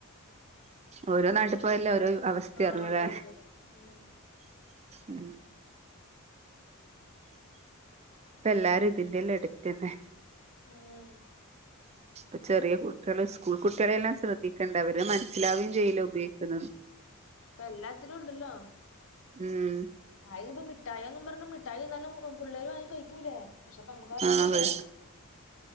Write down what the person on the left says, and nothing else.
ആ
ഓരോ ഇത് ഉം
ഉം
ഇപ്പ എല്ലാത്തിനുണ്ടല്ലോ
ആയെ ഇപ്പ മിഠായന്നും പറഞ്ഞു മിഠായി എന്നാലും പ പിള്ളേര് വാങ്ങി കഴിക്കൂലേ പക്ഷെ പ്പ നമ്മുക്ക് അറീല്ലല്ലോ